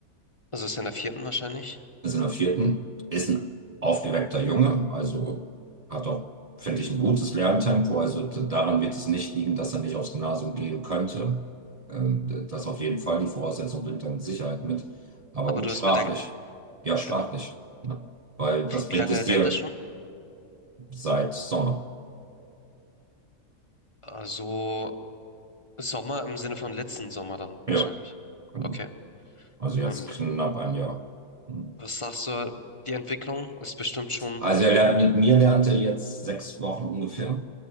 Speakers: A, on the left; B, on the right.
A: Also ist er in der vierten wahrscheinlich.
B: ist in der vierten, ist ein aufgeweckter Junge, also hat auch, finde ich, ein gutes Lerntempo. Also d- daran wird es nicht liegen, dass er nicht aufs Gymnasium gehen könnte. Ähm, d- Das auf jeden Fall, die Voraussetzung bringt er mit Sicherheit mit. Aber
A: Aber
B: gut,
A: du hast
B: sprachlich.
A: Bedenken.
B: Ja, sprachlich.
A: Genau.
B: Ne? Weil was
A: Wie
B: bringt
A: lange
B: es
A: lernt
B: dir
A: er schon?
B: seit Sommer?
A: Also Sommer im Sinne von letzten Sommer dann
B: Ja,
A: wahrscheinlich.
B: genau.
A: Okay.
B: Also
A: Und
B: jetzt knapp ein Jahr. Hm.
A: was sagst du? Die Entwicklung ist bestimmt schon.
B: Also er lernt mit mir lernte jetzt sechs Wochen ungefähr.